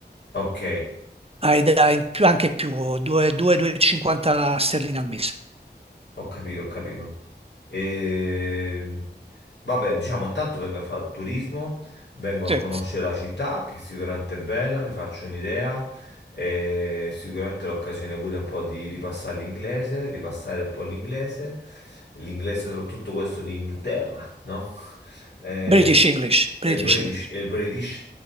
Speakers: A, on the left; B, on the right.
A: ok.
B: Hai da- in più- anche più, 2,50 sterline al mese.
A: Ho capito, ho capito. Ehm, Vabbè, diciamo, intanto vengo a fare turismo, vengo
B: Sì.
A: a conoscere
B: Eh,
A: la città, che sicuramente è bella, mi faccio un'idea, e sicuramente l'occasione pure un po' di ripassare l'inglese, ripassare un po' l'inglese, e l'inglese soprattutto questo di Inghilterra, no? Eh,
B: British English, British
A: E il British,
B: English.
A: e il British.